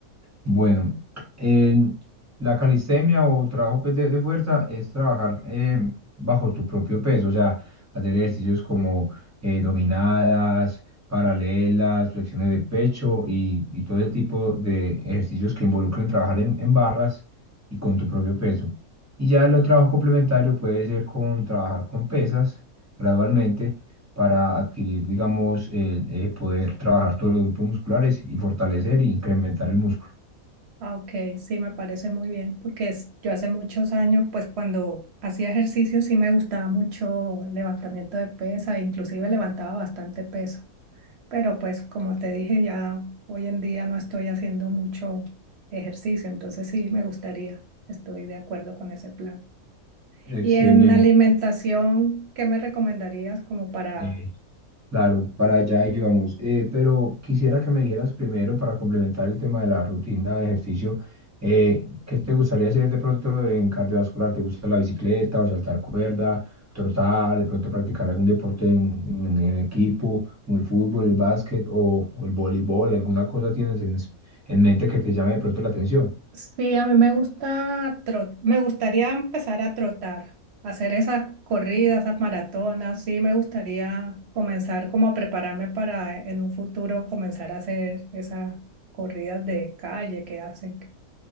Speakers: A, on the right (about 15°); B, on the right (about 60°).
A: Bueno, el- la calistenia o trabajo pues, de, de fuerza es trabajar eh, bajo tu propio peso, o sea, hacer ejercicios como eh, dominadas, paralelas, flexiones de pecho y, y todo ese tipo de ejercicios que involucren trabajar en, en barras y con tu propio peso. Y ya el otro trabajo complementario puede ser con trabajar con pesas gradualmente para adquirir, digamos, el, eh, poder trabajar todos los grupos musculares y fortalecer e incrementar el músculo.
B: Ah, ok, sí, me parece muy bien, porque es- yo hace muchos años, pues cuando hacía ejercicio sí me gustaba mucho el levantamiento de pesa, inclusive levantaba bastante peso, pero pues como te dije, ya hoy en día no estoy haciendo mucho ejercicio, entonces sí me gustaría, estoy de acuerdo con ese plan.
A: Excelente,
B: Y en alimentación, ¿qué me recomendarías como para
A: eh, claro, para allá íbamos. Eh, pero quisiera que me dijeras primero, para complementar el tema de la rutina de ejercicio, eh, ¿qué te gustaría hacer de pronto en cardiovascular? ¿Te gusta la bicicleta o saltar cuerda, trotar, de pronto practicar algún deporte en, en- en equipo, como el fútbol, el básquet o, o el voleibol? ¿Alguna cosa tienes en, es- en mente que te llame de pronto la atención?
B: Sí, a mí me gusta tro, me gustaría empezar a trotar, hacer esas corridas, esas maratonas, sí, me gustaría comenzar como a prepararme para eh, en un futuro comenzar a hacer esas corridas de calle que hacen, que,